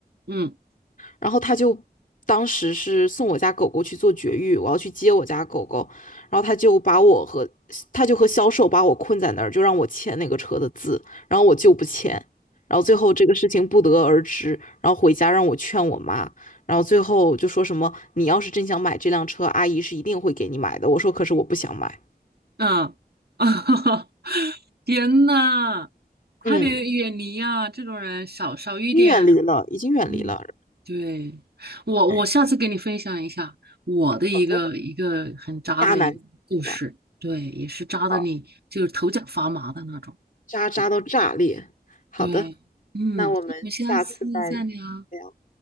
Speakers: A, on the right (about 75°); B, on the left (about 55°).
A: 嗯
B: 然后他就当时是送我家狗狗去做绝育，我要去接我家狗狗，然后他就把我和他就和销售把我困在那儿，就让我签那个车的字，然后我就不签，然后最后这个事情不得而知，然后回家让我劝我妈，然后最后就说什么你要是真想买这辆车，阿姨是一定会给你买的，我说可是我不想买，
A: 嗯，啊，<laughs> 天呐，快点远离啊，
B: 嗯，
A: 这种人少少一点，
B: 你远离了，已经远离了，
A: 嗯，对，我我下次给你分享一下我的一个一个很渣的一个故事，
B: 哎，好的，渣男是吧？
A: 对，也是渣的你就是头脚发麻的那种，
B: 好，渣渣到炸裂，
A: 对
B: 好的。
A: 对，嗯，
B: 那我们下次再
A: 那我们下次再聊，
B: 聊，